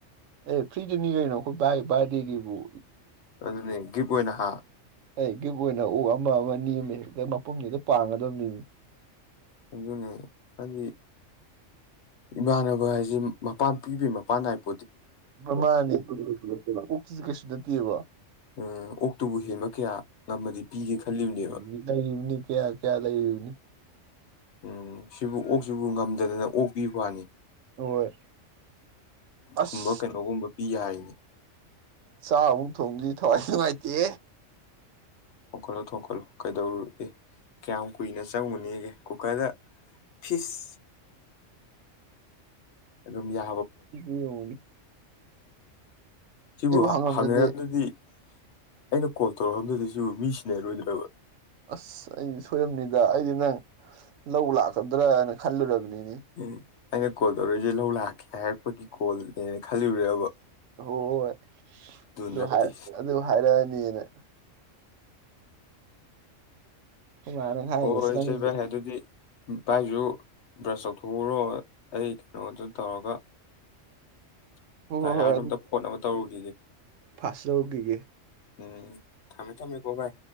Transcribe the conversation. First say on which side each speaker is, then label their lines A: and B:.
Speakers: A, on the right; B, on the left.
A: ꯑꯦ ꯐ꯭ꯔꯤꯗꯨꯅꯤꯉꯅꯈꯣꯏ ꯏ ꯕꯥꯗꯤꯦꯒꯤꯈꯤꯕꯕꯨ
B: ꯑꯗꯨꯅꯤ ꯒꯤꯞ ꯑꯣꯏꯅ ꯍꯥ
A: ꯑꯩ ꯒꯤꯞ ꯑꯣꯏꯅ ꯑꯣꯛ ꯑꯃ ꯅꯤ ꯑꯃ ꯃꯄꯨꯝꯁꯤꯗ ꯄꯥꯡꯒꯗꯕꯅꯤꯅꯤ
B: ꯑꯗꯨꯅꯦ ꯍꯥꯏꯗꯤ ꯏꯃꯥꯟꯅꯕ ꯍꯥꯏꯁꯦ ꯃꯄꯥꯟ ꯄꯤꯕꯩ ꯃꯄꯥꯟ ꯏꯕ
A: ꯃꯃꯥꯅꯤ ꯀꯣꯛꯁꯤ ꯀꯩꯁꯨ ꯅꯠꯇꯦꯕ
B: ꯎꯝ ꯑꯣꯛꯇꯨꯕꯨ ꯍꯦꯟꯕ ꯀꯌꯥ ꯉꯝꯃꯗꯤ ꯄꯤꯒꯦ ꯈꯜꯂꯤꯕꯅꯦꯕ
A: ꯎ ꯂꯩꯔꯤꯕꯅꯤ ꯀꯌꯥ ꯀꯌꯥ ꯂꯩꯔꯤꯕꯅꯤ
B: ꯎꯝ ꯁꯤꯕꯨ ꯑꯣꯛꯁꯤꯕꯨ ꯉꯝꯗꯗꯅ ꯑꯣꯛꯄꯤꯕ ꯋꯥꯅꯤ
A: ꯍꯣꯏ ꯑꯁ
B: ꯀꯨꯝꯕ ꯀꯩꯅꯣꯒꯨꯝꯕ ꯄ ꯌꯥꯏꯅꯤ
A: ꯆꯥꯛ ꯑꯃꯨꯛ ꯊꯣꯡꯕꯗꯤ ꯊꯋꯥꯏ ꯅꯨꯡꯉꯥꯏꯇꯦ
B: ꯊꯣꯡꯀꯠꯂꯣ ꯊꯣꯡꯀꯠꯂꯣ ꯀꯩꯗꯧꯔꯨ ꯀꯌꯥꯝ ꯀꯨꯏꯅ ꯆꯪꯉꯨꯅꯤꯒꯦ ꯀꯨꯀꯔꯗ ꯐꯤꯁ ꯑꯗꯨꯝ ꯌꯥ
A: ꯑꯣꯅꯤ
B: ꯁꯤꯤ
A: ꯍꯪꯉꯝꯗꯗꯤ
B: ꯄꯔꯗꯤ ꯑꯩꯅ ꯀꯣꯜ ꯇꯧꯔꯛꯑꯗꯨꯗꯤꯁꯨ ꯃꯤ ꯁꯤꯅꯦꯔꯣꯏꯗ꯭ꯔꯕ
A: ꯑꯁ ꯑꯩꯗꯤ ꯁꯣꯏꯔꯔꯕꯅꯤꯗ ꯑꯩꯗꯤ ꯅꯪ ꯂꯧ ꯂꯥꯛꯀꯗ꯭ꯔꯥꯅ ꯈꯜꯂꯨꯔꯕꯅꯤ
B: ꯎꯝ ꯑꯩꯅ ꯀꯣꯜ ꯇꯧꯔꯛꯏꯁꯦ ꯂꯧ ꯂꯥꯛꯀꯦ ꯍꯥꯏꯔꯛꯄꯒꯤ ꯀꯣꯜꯅꯦꯅ ꯈꯜꯂꯨꯔꯦꯕ
A: ꯑꯣ ꯑꯗꯨ
B: ꯅꯠꯇꯦ
A: ꯍꯥꯏ ꯑꯗꯨ ꯍꯥꯏꯔꯛꯑꯅꯤꯅꯦ ꯃꯥꯅ ꯍꯥꯏꯥꯏꯅꯤꯁꯤ
B: ꯍꯣꯏ
A: ꯅꯪ
B: ꯏꯆꯦ ꯚꯥꯏ ꯑꯗꯨꯗꯤ ꯚꯥꯏꯁꯨ ꯕ꯭ꯔꯁ ꯇꯧꯊꯣꯛꯎꯔꯣ ꯑꯩ ꯀꯩꯅꯣꯗ ꯇꯧꯔꯒ
A: ꯍꯣꯏ
B: ꯇꯌꯥꯔꯗꯨꯣꯝꯇ
A: ꯍꯣꯏ ꯍꯣꯏ
B: ꯐꯣꯠ ꯑꯃ ꯇꯧꯔꯨꯁꯤꯗꯤ
A: ꯁ꯭ꯂꯧꯒꯤꯒꯤ
B: ꯎꯝ ꯊꯝꯃꯦ ꯊꯝꯃꯦ ꯀꯣꯚꯥꯏ